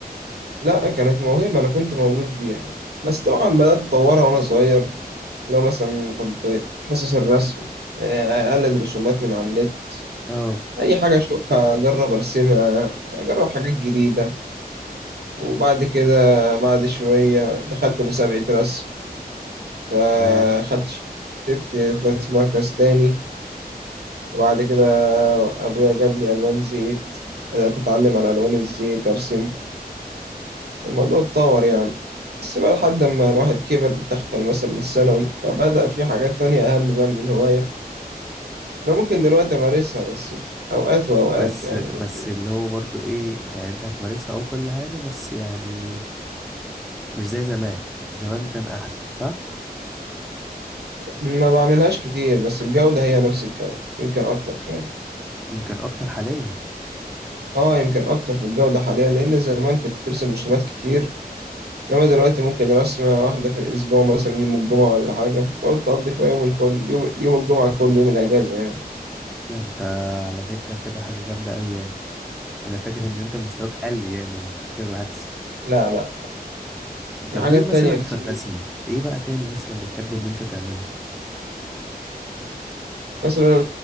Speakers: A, on the right (about 85°); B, in the centre.
A: لا كانت موهبة انا كنت مولود بيها بس طبعا بدأت اتطورها وانا صغير لو مثلا كنت في حصص الرسم آه، اقلد رسومات من على النت
B: اه
A: اي حاجة اشوفها اجرب ارسمها اجرب حاجات جديدة وبعد كده بعد شوية دخلت مسابقة رسم فاخدت
B: تمام
A: كسبت طلعت في مركز تاني بعد كده أبويا جاب لي ألوان زيت بدأت أتعلم على ألوان الزيت أرسم الموضوع اتطور يعني بس بقى لحد ما الواحد كبر دخل مثلا الثانوي فبدأ في حاجات تانية أهم بقى من الهواية أنا ممكن دلوقتي أمارسها بس في أوقات وأوقات
B: بس
A: يعني
B: بس
A: ممكن
B: اللي هو برضو ايه يعني انت هتمارسها او كل حاجة بس يعني مش زي زمان زمان كان احسن صح
A: ما بعملهاش كتير بس الجودة هي نفس الجودة يمكن أكتر كمان
B: يمكن اكتر حاليا
A: آه يمكن أكتر في الجودة حاليا لأن زمان كنت بترسم رسومات كتير إنما دلوقتي ممكن رسمة واحدة في الأسبوع مثلا يوم الجمعة ولا حاجة تقعد تقضي فيها يوم الكل يوم يوم الجمعة كل يوم الأجازة يعني
B: ده انت على فكرة كده حاجة جامدة قوي يعني انا فاكر ان انت مستواك قل يعني انا كنت فاكر العكس
A: لا لا في
B: طب
A: حاجات
B: دي مثلا
A: تانية كتير
B: في الرسم ايه بقى تاني مثلا بتحب ان انت تعمله
A: مثلا